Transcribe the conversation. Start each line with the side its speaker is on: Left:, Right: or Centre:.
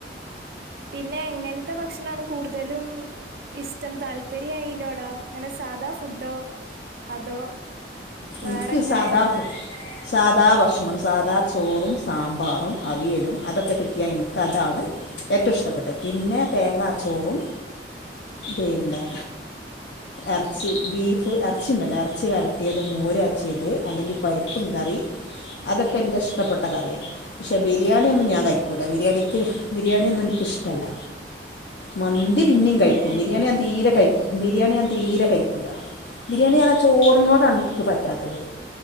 Right: പിന്നെ എങ്ങനത്തെ ഭക്ഷണമാണ് കൂടുതലും ഇസ്ടം താല്പ- പര്യംനോടാ അങ്ങനെ സാധാ ഫുഡോ അതോ വേറെങ്ങനെ
Left: എന്ക്ക് സാദാ ഫു- സാധാ ഭക്ഷണം സാധാ ചോറും സാമ്പാറും അവിയലും അതൊക്കെ കിട്ടിയാ എനിക്ക് അതാണ് ഏറ്റവും ഇഷ്ടപ്പെട്ട് പിന്നെ തേങ്ങാച്ചോറും പിന്നെ ഇറച്ചി ബീഫ് ഇറച്ചി ഉണ്ടല്ലോ ഇറച്ചി വരട്- കട്ടിയത് മോരച്ചിയത് അല്ലെങ്കിൽ പരിപ്പും കറി അതൊക്കെ എൻ്റെ ഇഷ്ടപ്പെട്ട കറിയാണ് പക്ഷെ ബിരിയാണിയൊന്നും ഞാൻ കഴിക്കൂല ബിരിയാണിക്ക് ബിരിയാണിയൊന്നും എനിക്കിഷ്ടമല്ല മന്തി പിന്നും കഴിക്കും
Right: ഏ
Left: ബിരിയാണി ഞാൻ തീരെ കഴിക്കും ബിരിയാണി ഞാ തീര കഴിക്കൂല ബിരിയാണി അറിഞ്ജ ചോ - നോടണ് ന്ക് പറ്റാത്തത്